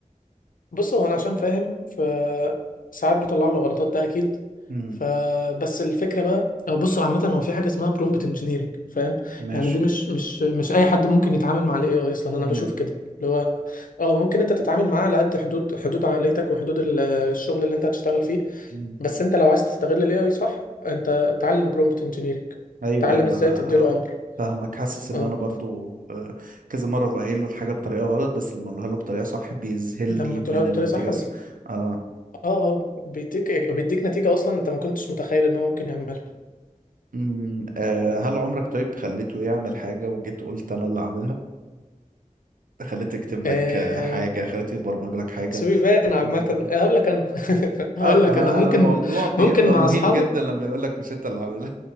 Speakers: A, on the left (about 85°); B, on the right (about 85°).
A: بص هو انا عشان فاهم فساعات بطلع له غلطات ده اكيد
B: امم
A: فبس الفكره بقى أه بص هو عامه هو في حاجه اسمها برومبت انجينيرنج فاهم
B: ماشي
A: يعني دي مش مش مش اي حد ممكن يتعامل مع الاي اي اصلا انا
B: امم
A: بشوف كده اللي هو اه ممكن انت تتعامل معاه على قد حدود حدود عقليتك وحدود ال- الشغل اللي انت هتشتغل فيه
B: امم
A: بس انت لو عايز تستغل الاي اي صح انت اتعلم برومبت انجينيرنج
B: ايوه
A: اتعلم
B: ايوه
A: ازاي
B: ما انا
A: تديله امر
B: فاهمك حاسس ان
A: اه
B: انا برضو آه، كذا مره بقايل له الحاجه بطريقه غلط بس لما اقولها له بطريقه صح بيذهلني
A: لما
B: من
A: تقولها بطريقه
B: النتيجه
A: صح بتل...
B: الص- اه
A: اه آه، بيديك بيديك نتيجه اصلا انت ما كنتش متخيل ان هو ممكن يعملها
B: امم آه، هل عمرك طيب خليته يعمل حاجه وجيت قلت انا اللي اعملها خليته يكتب لك
A: آه،
B: آه، حاجة خليته يبرمج لك حاجة
A: بس بيبان عامة
B: وجيت قلت
A: هقول لك انا <laughs> هقول
B: آه،
A: لك
B: انا
A: انا ممكن
B: انا الموضوع بيبقى
A: ممكن مع
B: مهين
A: اصحابي
B: جدا لما يقول لك مش انت اللي عاملها